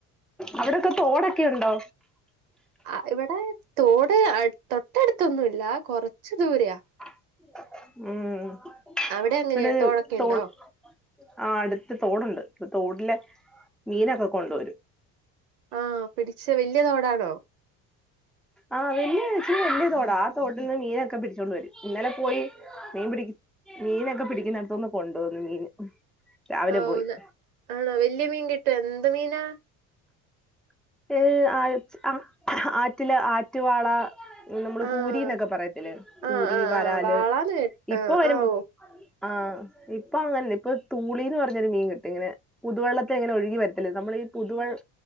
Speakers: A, in the centre; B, on the right.
A: അവിടൊക്കെ തോടൊക്കെ ഉണ്ടോ
B: ആ ഇവിടെ തോട് അട് തൊട്ടടുത്തൊന്നുല്ല കൊറച്ച് ദൂരയാ
A: ഉം
B: അവിടെ ങ്ങനെയ
A: ഇവിടെ ഒരു
B: തോടൊക്കെ
A: തോട്
B: ണ്ടോ
A: ആ ടുത്ത് തോടുണ്ട് തോട് ല് മീനൊക്കെ കൊണ്ടുവരും.
B: ആ പിടിച്ച വല്യ തോടാണോ
A: ആഹ് <unintelligible> വലിയ തൊടാ ആ തോട്ടിൽ നിന്ന് മീനൊക്കെ പിടിച്ചോണ്ട് വരും ഇന്നലെ പോയി മീൻ പിടി മീനൊക്കെ പിടിക്കുന്നോടത്ത്‌ന്ന് കൊണ്ട വന്നു മീന് രാവിലെ
B: ആഹ്
A: പോയി
B: <unintelligible> ആണൊ വല്യ മീൻ കി എന്ത് മീനാ
A: <unintelligible> ആറ്റിലെ ആറ്റുവാള നമ്മള്
B: ആഹ്
A: കൂരി ന്നൊക്കെ പറയത്തില്ലേ കൂരി
B: ആഹ് ആഹ്
A: വരാല്
B: ആഹ് വാളാന്ന് കേ
A: ഇപ്പൊ
B: ആഹ്
A: വരും
B: ആഹ് ഓ
A: ആ ഇപ്പൊ ങ്ങനെ ഇപ്പൊ തൂളിന്ന് പറഞ്ഞരു മീൻ കിട്ടും ഇങ്ങനെ പുതുവെള്ളത്തെ ഇങ്ങനെ ഒഴുകി വരത്തില്ല നമ്മൾ ഈ പുതുവെള്ള്